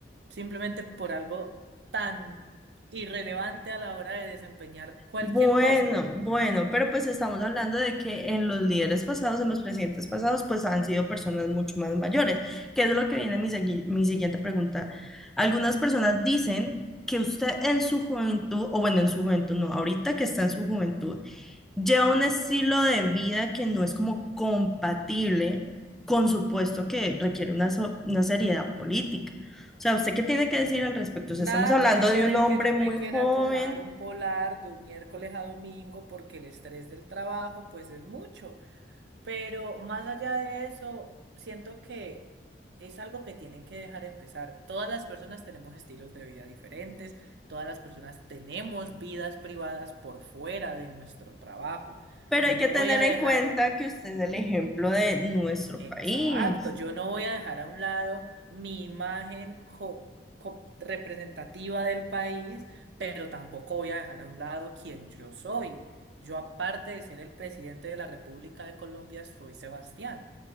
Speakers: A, on the right; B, in the centre.
A: simplemente por algo tan irrelevante a la hora de desempeñar cualquier
B: Bueno,
A: cosa.
B: bueno, pero pues estamos hablando de que en los líderes pasados, en los presidentes pasados, pues han sido personas mucho más mayores, que es lo que viene mi, segui- mi siguiente pregunta. Algunas personas dicen que usted en su juventud, o bueno, en su juventud, no, ahorita que está en su juventud, lleva un estilo de vida que no es como compatible con su puesto que requiere una, so- una seriedad política. O sea, ¿usted qué tiene que decir al respecto?
A: Nada
B: O sea, estamos hablando
A: tiene
B: de
A: que ver
B: un hombre
A: que yo
B: muy
A: me quiera
B: joven,
A: tomar un polar de un miércoles a domingo porque el estrés del trabajo pues es mucho. Pero más allá de eso, siento que es algo que tienen que dejar empezar. Todas las personas tenemos estilos de vida diferentes, todas las personas tenemos vidas privadas por fuera de nuestro trabajo.
B: pero
A: Yo
B: hay
A: no
B: que tener
A: voy a
B: en
A: dejar
B: cuenta
A: a...
B: que usted es
A: uh,
B: el ejemplo de nuestro
A: Exacto,
B: país.
A: yo no voy a dejar a un lado mi imagen co- co- representativa del país, pero tampoco voy a dejar a un lado quien yo soy. Yo, aparte de ser el presidente de la República de Colombia, soy Sebastián.